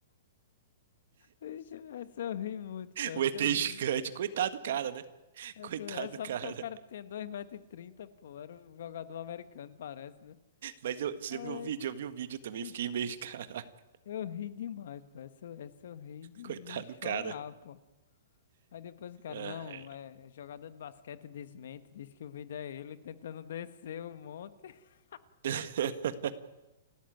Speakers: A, on the left; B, on the right.
A: Vixe, essa eu ri muito, pô, essa
B: O ET
A: eu ri.
B: gigante. Coitado do cara,
A: Essa,
B: né?
A: essa-
B: Coitado
A: é só
B: do cara.
A: porque o cara tinha dois metros e trinta pô, era um jogador americano, parece, né?
B: Mas eu, você
A: Ai,
B: viu o vídeo? Eu vi o vídeo também,
A: vixe,
B: fiquei meio, <laughs> caraca,
A: eu ri demais, pô, essa, eu- essa eu ri de,
B: coitado
A: de chorar,
B: do cara.
A: pô. Aí depois o cara,
B: Ah,
A: não,
B: é.
A: é é jogador de basquete desmente, diz que o vídeo é ele tentando descer o monte. <laughs>
B: <laughs>